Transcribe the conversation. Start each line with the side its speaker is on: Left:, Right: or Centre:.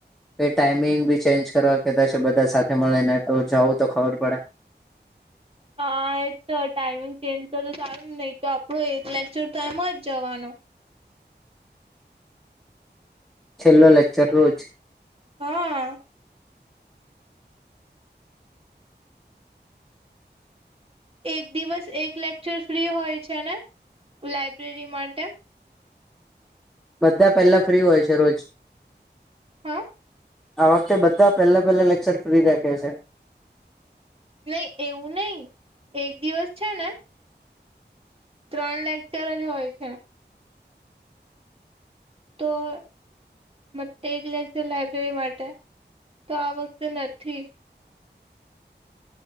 Centre: એ ટાઈમિંગ બી ચેન્જ કરવા કેતા છે બધા સાથે મળી ને તો જઉ તો ખબર પડે
Right: હા એ તો ટાઈમિંગ ચેન્જ કર તો સારું ને નહી તો આપડો એક લેક્ચર તો એમ જ જવાનો
Centre: છેલ્લો લેક્ચર રોજ
Right: હા એક દિવસ એક લેક્ચર ફ્રી હોય છે ને લાયબ્રેરી માટે
Centre: બધા પહેલા ફ્રી હોય છે રોજ
Right: હાં
Centre: આ વખતે બધા પહેલા પહેલા લેક્ચર ફ્રી રાખે છે
Right: નહી એવું નહી એક દિવસ છે ને ત્રણ લેક્ચર જ હોય છે તો મ એક લેક્ચર લાઈબ્રેરી માટે તો આ વખતે નથી